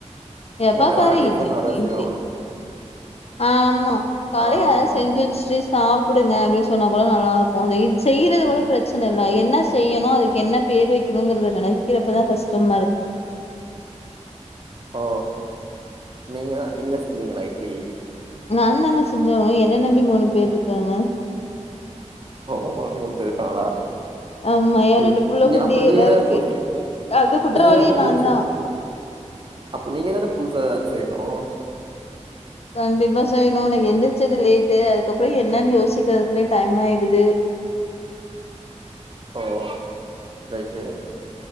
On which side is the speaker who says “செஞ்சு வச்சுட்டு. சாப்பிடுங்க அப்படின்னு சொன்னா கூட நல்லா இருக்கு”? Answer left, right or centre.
Left